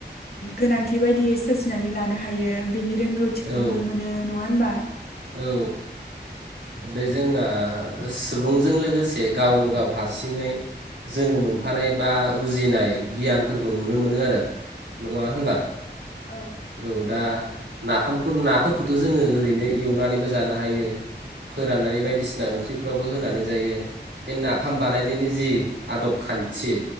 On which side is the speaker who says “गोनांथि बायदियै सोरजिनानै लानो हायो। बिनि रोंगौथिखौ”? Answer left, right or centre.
Left